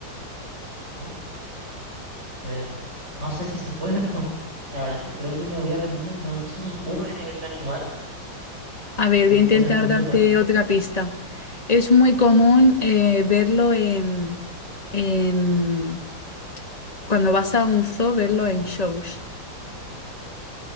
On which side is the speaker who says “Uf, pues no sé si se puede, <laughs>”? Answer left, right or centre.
Right